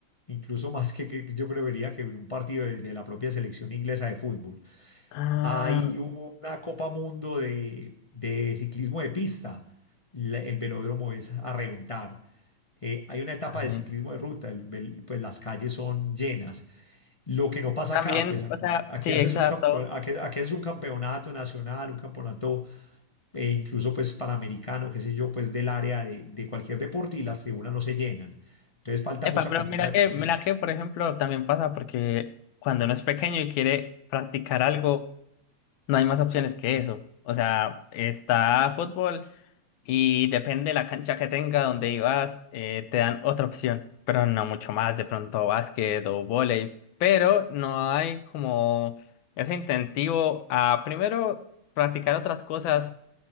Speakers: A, on the left (about 45°); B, on the left (about 85°).
A: incluso <laughs> más que, que yo creería que en un partido de de la propia selección inglesa de fútbol.
B: Ah,
A: Hay una Copa Mundo de, de ciclismo de pista. La- el velódromo es a reventar. Eh, hay una etapa
B: vale.
A: de ciclismo de ruta. el vel- pues las calles son llenas. Lo que no pasa
B: También,
A: acá, pues aquí,
B: o sea,
A: aquí
B: sí,
A: haces
B: exacto.
A: un campo- aquí, aquí haces un campeonato nacional, un campeonato eh, incluso pues panamericano, qué sé yo, pues del área de, de cualquier deporte y las tribunas no se llenan. Entonces falta
B: Epa,
A: mucha
B: pero
A: cultura
B: mira
A: deportiva.
B: que, mira que, por ejemplo, también pasa porque cuando uno es pequeño y quiere practicar algo, no hay más opciones que eso. O sea, está fútbol y depende de la cancha que tenga donde ibas, eh, te dan otra opción, pero no mucho más, de pronto básquet o vóley, pero no hay como ese incentivo a primero practicar otras cosas